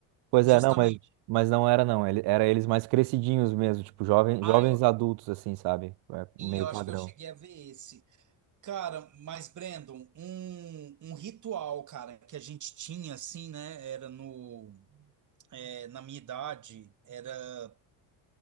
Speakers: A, on the right; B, on the right.
A: Pois
B: justamente.
A: é, não, mas, mas não era não. Ele, era eles mais crescidinhos mesmo, tipo jovem,
B: Ah,
A: jovens
B: eu,
A: adultos assim, sabe? É
B: e
A: meio
B: eu
A: padrão.
B: acho que eu cheguei a ver esse. Cara, mas Brandon, um, um ritual, cara, que a gente tinha, assim, né? Era no. é, na minha idade, era.